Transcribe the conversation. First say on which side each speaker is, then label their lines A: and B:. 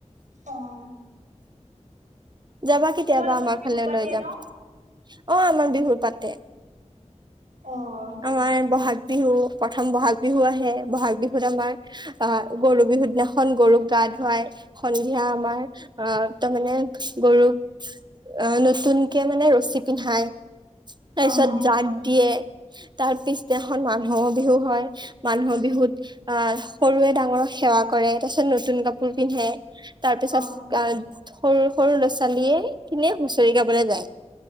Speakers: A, on the right; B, on the right.
A: অঁ।
B: যাবা কেতিয়াবা
A: তোমালোকৰ
B: আমাৰ
A: বিহু
B: ফালে
A: পাতে
B: লৈ যাম।
A: ন?
B: অ আমাৰ বিহু পাতে
A: অ',
B: আমাৰ বহাগ বিহু। প্ৰথম বহাগ বিহু আহে বহাগ বিহুত আমাৰ আহ গৰু বিহু দিনাখন গৰুক গা ধুৱায়। সন্ধিয়া আমাৰ অ তাৰমানে গৰুক অ। <unintelligible> নতুনকে মানে ৰছী পিন্ধায় তাৰ পিছত
A: অ',
B: জাগ দিয়ে। তাৰ পিছদিনাখন মানুহৰ বিহু হয় মানুহৰ বিহুত আহ সৰুৱে ডাঙৰ ক। সেৱা কৰে তাৰ পিছত নতুন কাপোৰ পিন্ধে তাৰ পিছত
A: অ', অ',
B: আহ সৰু <unintelligible> সৰু ল ছোৱালীয়ে কিনে হুঁচৰি গাবলৈ যায়।